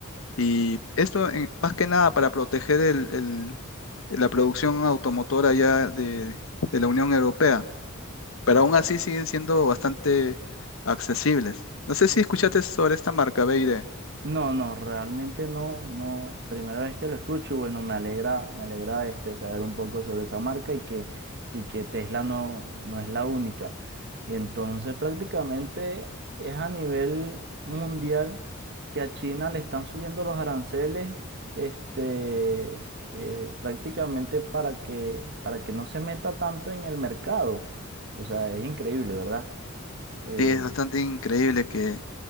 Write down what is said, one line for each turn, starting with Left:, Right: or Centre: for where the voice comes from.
Left: Y esto en- más que nada para proteger el- el- la producción automotora ya de de la Unión Europea pero
Right: No,
Left: aún así siguen siendo bastante accesibles. No sé si escuchaste sobre esta marca BYD.
Right: No, no, realmente no, no. Primera vez que lo escucho, y bueno, me alegra, me alegra este saber un poco sobre esa marca y que, y que Tesla no, no es la única. Y entonces prácticamente es a nivel mundial que a China le están subiendo los aranceles, este, eh, prácticamente para que, para que no se meta tanto en el mercado. O sea, es increíble, ¿verdad? Eh,
Left: Sí, es bastante increíble que,